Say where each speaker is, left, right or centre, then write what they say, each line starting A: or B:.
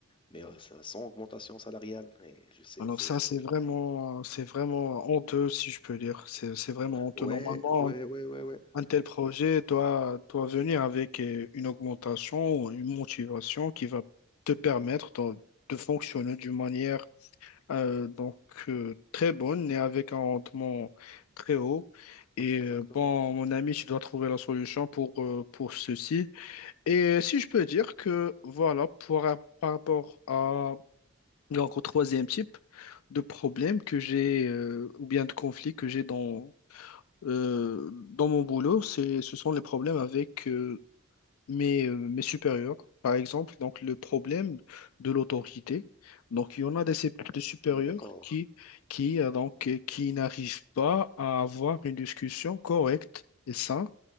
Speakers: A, on the left; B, on the left.
A: mais euh, ça- sans augmentation salariale. Et je sais,
B: Alors
A: c'est,
B: ça, c'est
A: c'est...
B: vraiment, c'est vraiment honteux, si je peux dire. C'est, c'est vraiment honteux.
A: Ouais,
B: Normalement,
A: ouais,
B: un,
A: ouais, ouais, ouais.
B: un tel projet doit, doit venir avec euh, une augmentation ou une motivation qui va te permettre de, de fonctionner d'une manière Euh, donc euh, très bonne et avec un rendement très haut.
A: Exactement.
B: Et euh, bon, mon ami, tu dois trouver la solution pour, euh, pour ceci. Et si je peux dire que voilà, pour, par rapport à donc, au troisième type de problème que j'ai euh, ou bien de conflit que j'ai dans, euh, dans mon boulot, c'est, ce sont les problèmes avec euh, mes, euh, mes supérieurs, par exemple, donc le problème de l'autorité. Donc, il y en a des, sé- des supérieurs
A: Ouais, d'accord.
B: qui, qui, euh, donc, euh, qui n'arrivent pas à avoir une discussion correcte et saine